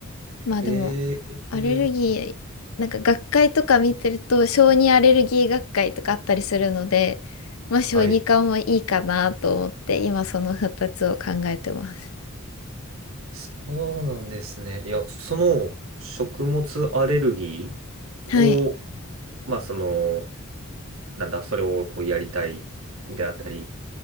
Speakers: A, on the left; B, on the right.
A: まあでも、
B: えー、
A: アレルギー、
B: えー
A: なんか学会とか見てると、小児アレルギー学会とかあったりするので、まあ小児科もいいかなと思って、
B: はい。
A: 今その2つを考えてます。
B: そうなんですね。いや、その食物アレルギ
A: はい。
B: ーを、まあその、なんだ、それをこうやりたいであったり、